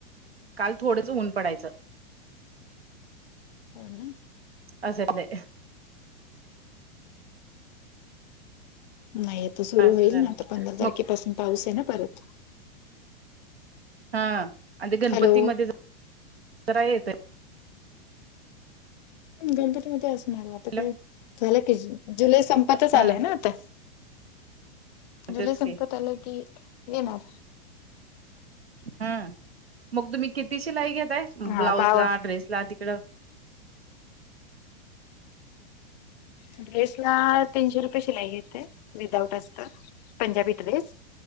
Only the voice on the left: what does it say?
हो ना
नाही तर सुरु
होईल
ना आता पंधरा तारखेपासून
पाऊस आहे ना परत
हॅलो
गणपती मध्ये असणार आता
काय झालं की जुलै संपतच
आलाय ना आता जुल
संपत
आलं की येणार
हा
आता
ड्रेस ला तीनशे रुपये शिलाई घेते विदाउट असत पंजाबी ड्रेस